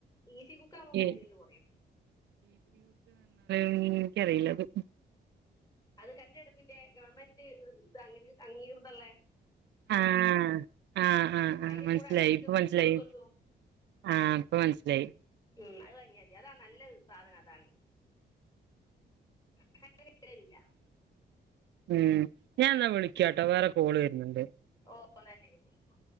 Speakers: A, on the left; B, on the right.
A: ഈസി കുക്ക് ആമ്പോ കരണ്ട്
B: ഏ
A: ബില്ല് കൊറയും
B: മ്ം ഇനിക്കറിയില്ല അത്
A: അത് കരണ്ടടുപ്പിന്റെ ഗവൺമെന്റ് ഇത <unintelligible> അംഗീകൃതള്ള
B: ഹാ ആഹ് ആഹ് ആഹ്
A: അതിന്റെ
B: മൻസ്സിലായി
A: കൂടെ അഞ്ച് ലിറ്റർ
B: ഇപ്പ മൻസിലായി
A: കുക്കറും കിട്ടും
B: ഹാ ഇപ്പൊ മൻസ്സിലായി
A: ഉം അത് വാങ്ങിയാതി ഏതാ നല്ലത് സാധനം അതാണ് <unintelligible>
B: ഉം ഞാൻ എന്നാ വിളിക്കാട്ടോ വേറ കോള് വര പിന്നെണ്ട്
A: ഓന്നാ ശരി ശരി